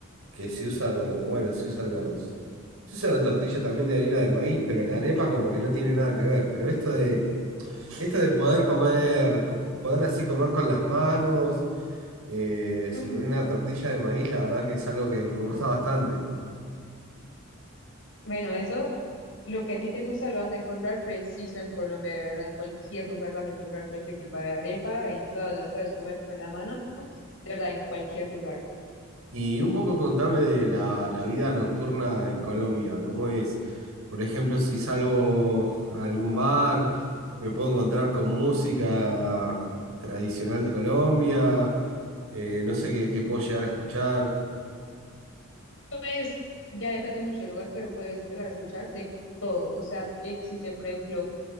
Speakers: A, on the right; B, on the left.
A: que se usa como, bueno, se usan los... Se usa la tortilla también de harina de maíz, pero la arepa como que no tiene nada que ver. Pero esto de... Esto de poder comer, co- poder así comer con las manos, eh,
B: <laughs>
A: sobre una tortilla de maíz, la verdad que es algo que me gusta bastante.
B: Bueno, eso, lo que a ti te gusta lo vas a encontrar preciso en Colombia, de verdad. En cualquier lugar vas a encontrar cualquier tipo de arepa y todas las puedes comer con la mano, de verdad, en cualquier lugar.
A: Y un poco contame de la, la vida nocturna en Colombia, ¿cómo es? Por ejemplo, si salgo a algún bar, me puedo encontrar con música tradicional de Colombia, eh, no sé qué, qué puedo llegar a escuchar.
B: Pues ya depende mucho del lugar, pero puedes llegar a escuchar de todo. O sea, existen, por ejemplo,